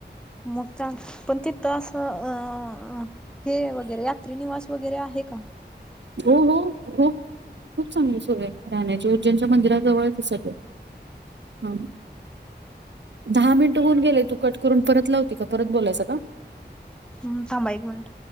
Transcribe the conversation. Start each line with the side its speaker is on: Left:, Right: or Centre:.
Centre: मग चांग पण तिथं असं अ हे वगैरे यात्रीनिवास वगैरे आहे का?
Right: हो हो खूप खूप चांगली सोय आहे राहण्याचे उज्जैनच्या मंदिराजवळच आहे ते सगळे. हम दहा मिनिट होऊन गेलेय तू कट करून परत लावते का परत बोलायचं का?
Centre: म थांबा एक मिनिट.